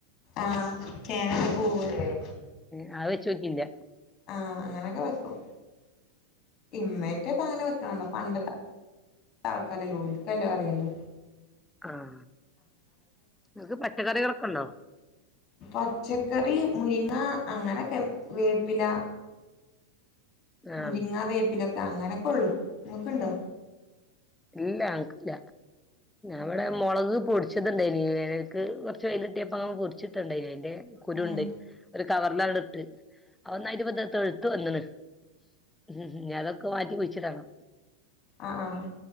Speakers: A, on the left; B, in the centre.
A: ആഹ് ചേനന്റെ പൂവ്
B: ആ വെച്ചോക്കിട്ടില്ല
A: ആഹ് അങ്ങനൊക്കെ വെക്കും ഇമ്മേക്കെ അങ്ങനെ വെക്കണണ്ടോ പണ്ടത്തെ ആൾക്കാരല്ല ഓലിക്കല്ലോ അറിയല്
B: ആഹ നിങ്ങക്ക് പച്ചക്കറികളൊക്കെ ഉണ്ടോ
A: പച്ചക്കറി മുരിങ്ങ അങ്ങനെക്കെ, വേപ്പില
B: ആഹ്
A: മുരിങ്ങ വേപ്പിലൊക്കെ അങ്ങനെയൊക്കെ ഉള്ളു. നിങ്ങൾക്കുണ്ടോ?
B: ഇല്ലല്ല ഞങ്ങൾക്ക് ഇല്ല
A: ഉം
B: ഇവിടെ മുളക് പൊടിച്ചു പൊടിച്ചിട്ടുണ്ടായിരുന്നു. വേനൽക്ക് കുറച്ചു വെയിലു കിട്ടിയപ്പോൾ അങ്ങ് പൊടിച്ചിട്ടുണ്ടായിരുന്നു അതിന്റെ കുരുണ്ട്
A: ഉം
B: കവറിലണ്ട് ഇട്ട് ഒന്നായിട്ട് ഇപ്പോൾ തെളിർത് വന്നിന് ഉ അതൊക്കെ മാറ്റി കുഴിച്ചിടണം
A: ആഹ് ആഹ്